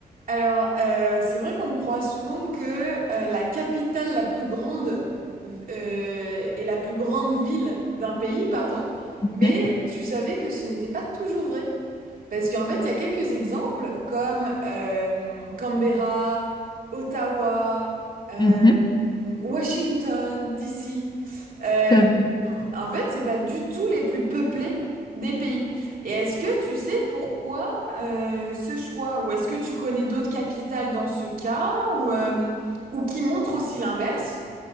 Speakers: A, on the right; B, on the left.
A: Alors, euh, c'est vrai qu'on croit souvent que euh, la capitale la plus grande euh, est la plus grande ville d'un pays, pardon, mais
B: Mhm,
A: tu savais que ce n'était pas toujours vrai. Parce qu'en fait, il y a quelques exemples comme euh, Canberra, Ottawa, euh,
B: mhm,
A: Washington, DC. Euh,
B: tout à fait.
A: en fait, c'est pas du tout les plus peuplés des pays. Et est-ce que tu sais pourquoi euh, ce choix? Ou est-ce que tu connais d'autres capitales dans ce cas ou, euh, ou qui montrent aussi l'inverse?